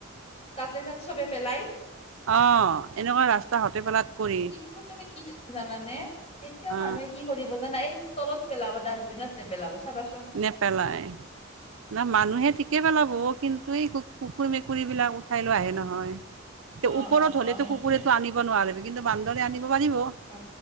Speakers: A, on the left (about 30°); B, on the right (about 70°).
A: তাতে যেন চবে পেলাই।
B: অ এনেকুৱা ৰাস্তা হতে পেলাত কৰি
A: কিন্তু তুমি কি জানানে এতিয়া
B: অ
A: মানুহে কি কৰিব জানা, এই তলত পেলাব ডাষ্টবিনত নেপেলাব চাবাচোন।
B: নেপেলাই। না মানুহে ঠিকে পেলাব, কিন্তু এই কুকুৰ মেকুৰী বিলাক উঠাই লৈ আহে নহয়। তিয়া
A: অ
B: ওপৰত
A: অ
B: হলেতো
A: অ সেইটোৱে
B: কুকুৰেতটো আনিব নোৱাৰিব, কিন্তু বান্দৰে আনিব পাৰিব।
A: উম